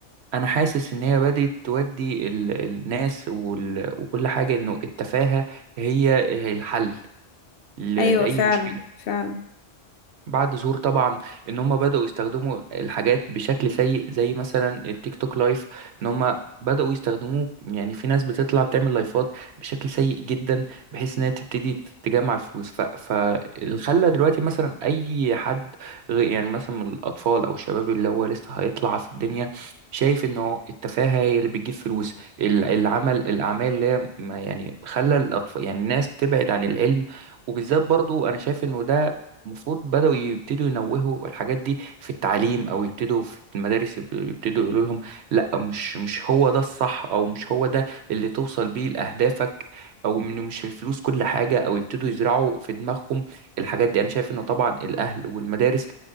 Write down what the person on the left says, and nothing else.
ايوه
فعلا
فعلا